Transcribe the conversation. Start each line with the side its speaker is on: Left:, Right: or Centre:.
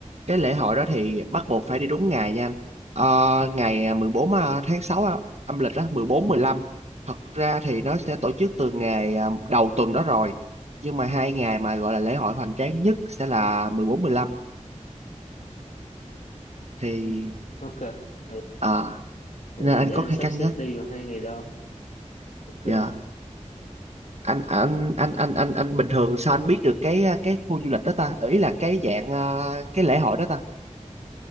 Right: Cái lễ hội đó thì bắt buộc phải đi đúng ngày nha anh. Ờ, ngày 14 à, tháng 6 á, âm lịch á, mười bốn, mười lăm Thật ra thì nó sẽ tổ chức từ ngày à, đầu tuần đó rồi. Nhưng mà hai ngày mà gọi là lễ hội hoành tráng nhất sẽ là mười bốn mười lăm Thì
Left: ừ. ok vậy,
Right: à,
Left: vậy
Right: nên
Left: thì
Right: anh
Left: để
Right: có
Left: anh
Right: thể
Left: sắp
Right: cân
Left: xếp
Right: nhắc.
Left: đi vào hai ngày đó ok
Right: Dạ. Anh anh anh anh anh anh bình thường sao anh biết được cái à, cái khu du lịch đó ta? Ý là cái dạng à, cái lễ hội đó ta?